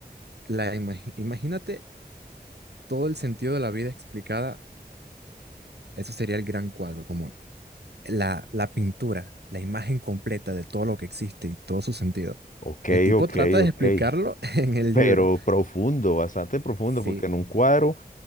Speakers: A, on the right; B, on the left.
A: la, imagi- imagínate todo el sentido de la vida explicada Eso sería el gran cuadro, como la, la pintura, la imagen completa de todo lo que existe y todo su sentido.
B: Ok,
A: El tipo
B: ok,
A: trata de
B: ok.
A: explicarlo <laughs> en el
B: Pero
A: libro.
B: profundo, bastante profundo,
A: Sí,
B: porque en un cuadro